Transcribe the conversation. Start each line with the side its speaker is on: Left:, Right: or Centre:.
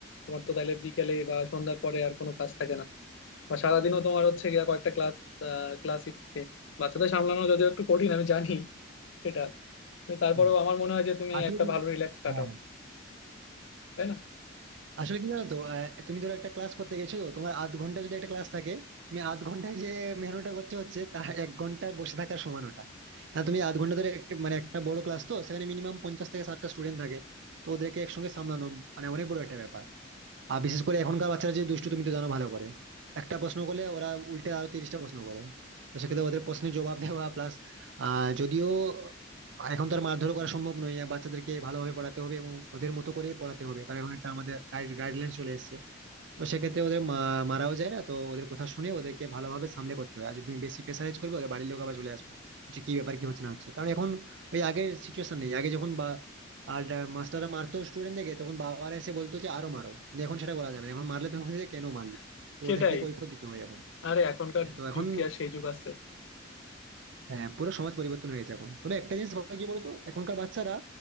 Left: তোমার তো তাহলে বিকেলে বা সন্ধ্যার পরে আর কোনো কাজ থাকে না বা সারাদিনও তোমার হচ্ছে গিয়া কয়েকটা ক্লাস ক্লাসই থাকে বাচ্চাদের সামলানো যদিও একটু কঠিন আমি জানি সেটা তো তারপরেও
Right: হুম।
Left: আমার মনে হয় যে তুমি
Right: আসলে
Left: একটা
Right: কি-
Left: ভালো রিল্যাক্স কাটাও
Right: হ্যাঁ
Left: তাই না
Right: আসলে কি জানো তো আহ, তুমি ধরো একটা ক্লাস করতে গেছো তো তোমার আধ ঘন্টা যদি একটা ক্লাস থাকে তুমি আধ ঘন্টায় যে মেহনতটা করছো হচ্ছে তা এক ঘন্টার বসে থাকার সমান ওটা কারণ তুমি আধ ঘন্টা ধরে একটা মানে একটা বড় ক্লাস তো সেখানে মিনিমাম পঞ্চাশ থেকে ষাটটা স্টুডেন্ট থাকে তো ওদেরকে একসঙ্গে সামলানো মানে অনেক বড় একটা ব্যাপার আর বিশেষ করে এখনকার বাচ্চারা যে দুষ্টু তুমি তো জানো ভালো করে একটা প্রশ্ন করলে ওরা উল্টে আরো তিরিশটা প্রশ্ন করে তো সেক্ষেত্রে ওদের প্রশ্নের জবাব <laughs> দেওয়া প্লাস আহ যদিও এখন তো আর মারধর করা সম্ভব নয় বাচ্চাদেরকে ভালোভাবে পড়াতে হবে এবং ওদের মতো করে পড়াতে হবে কারণ এখন একটা আমাদের গাইডলাইন চলে এসেছে তো সেক্ষেত্রে ওদের মা- মারাও যায় না তো ওদের কথা শুনে ওদেরকে ভালোভাবে সামলে করতে হয় আর যদি তুমি বেশি প্রেসারাইজ করবে ওদের বাড়ির লোক আবার চলে আসবে যে কি ব্যাপার কি হচ্ছে না হচ্ছে কারণ এখন ওই আগের সিচুয়েশন নেই আগে যখন বা আর মাস্টাররা মারতো স্টুডেন্টদেরকে তখন বাবারা এসে বলতো যে আরো মারো কিন্তু এখন সেটা করা যাবে না। এখন মারলে তুমি বলছে যে কেন মারলে
Left: <laughs>
Right: তো
Left: সেটাই
Right: ওদেরকে কৈফিয়ত দিতে হয় এখন
Left: আরে এখনকার
Right: হ্যাঁ, তো এখন
Left: যুগ কি আর সেই যুগ আছে
Right: হ্যাঁ পুরো সমাজ পরিবর্তন হয়েছে এখন তবে একটা জিনিস বলা কি বলতো এখনকার বাচ্চারা